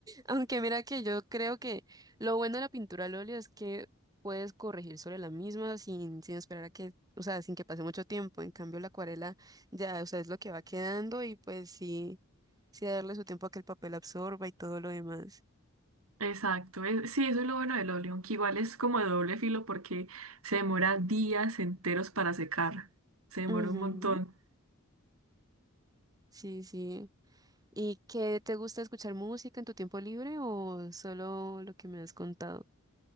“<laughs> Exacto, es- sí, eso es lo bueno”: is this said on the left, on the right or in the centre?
Right